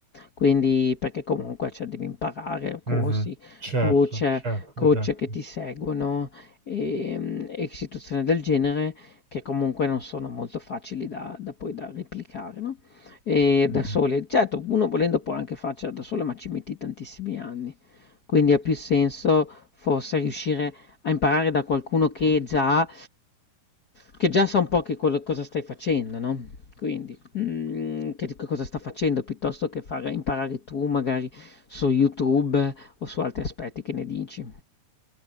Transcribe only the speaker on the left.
Quindi perché comunque cioè, devi imparare corsi,
coach,
coach
che ti seguono e, mm, e situazioni del genere che comunque non sono molto facili da, da poi da replicare, no? E
da soli, certo, uno volendo può anche farcela da solo, ma ci metti tantissimi anni. Quindi ha più senso forse riuscire a imparare da qualcuno che già, che già sa un po' che quello- cosa stai facendo, no? Quindi. Mhmm, che di che cosa sta facendo, piuttosto che far imparare tu magari su YouTube o su altri aspetti, che ne dici?